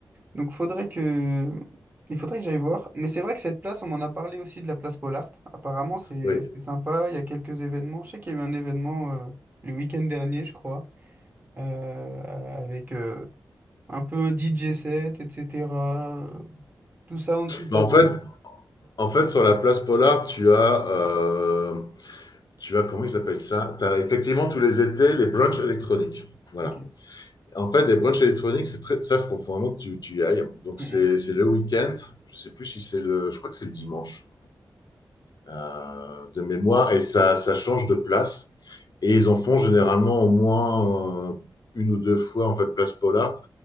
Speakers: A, on the right; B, on the left.
A: Donc, faudrait que... il faudrait que j'aille voir. Mais c'est vrai que cette place, on m'en a parlé aussi de la place Pollard. Apparemment, c'est
B: Oui.
A: c'est sympa. Il y a quelques événements. Je sais qu'il y a eu un événement euh, le week-end dernier, je crois euh, avec euh, un peu un DJ set, etc. euh, Tout ça en dessous de
B: Mais
A: la
B: en
A: grande.
B: fait, en fait, sur la place Polar, tu as, euh, tu as comment il s'appelle ça Tu as effectivement tous les étés les brunchs électroniques. Voilà.
A: Ok.
B: En fait, les brunchs électroniques, c'est très, ça, faut vraiment que tu, tu y ailles. Donc,
A: Mhm,
B: c'est c'est le week-end. Je sais plus si c'est le, je crois que c'est le dimanche. euh, de mémoire, et ça, ça change de place. Et ils en font généralement au moins euh, une ou deux fois en fait place Pollard.